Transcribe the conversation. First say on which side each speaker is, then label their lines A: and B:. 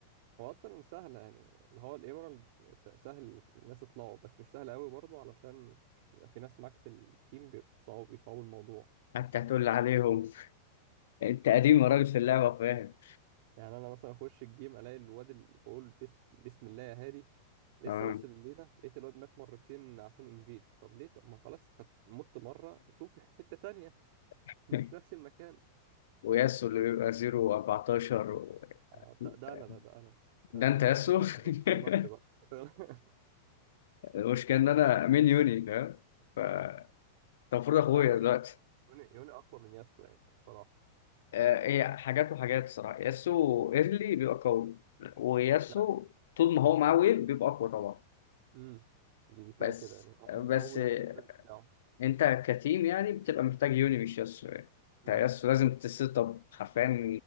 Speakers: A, on the right (about 60°); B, on the left (about 70°).
A: هو اصلا سهل يعني اللي هو الايميرالد س- سهل الناس تطلعه بس مش سهل قوي برضه علشان بيبقى في ناس معاك في التيم بيصعبوا بيصعبوا الموضوع
B: حتى هتقول لي عليهم انت قديم يا راجل في اللعبه فاهم
A: يعني انا مثلا اخش الجيم الاقي الواد اللي بقول بس بسم الله يا هادي لسه
B: اه
A: واصل الليله لقيت الواد مات مرتين عشان انفيد طب ليه طب ما خلاص خد... مت مره شوف <laughs> حته تانية <laughs>
B: <laughs>
A: مش نفس المكان
B: وياسو اللي بيبقى 0
A: اه
B: و14
A: ده, ده انا ده, ده انا ده
B: ده
A: انا
B: انت ياسو
A: ما تغلطش بقى
B: <laughs>
A: ما تغلطش بقى <laughs>
B: المشكلة ان انا مين يوني فاهم ف انت المفروض اخويا
A: لا يوني
B: دلوقتي
A: يوني يوني اقوى من ياسو يعني بصراحه
B: آه، هي حاجات وحاجات الصراحة ياسو ايرلي بيبقى قوي وياسو
A: لا
B: طول ما هو معاه ويف بيبقى اقوى طبعا
A: امم دي دي كده
B: بس
A: كده يعني هو اللي مقوي
B: بس آه،
A: ياسو الداش بتاعه
B: انت كتيم يعني بتبقى محتاج يوني مش ياسو يعني انت
A: امم
B: ياسو لازم تسيت اب حرفيا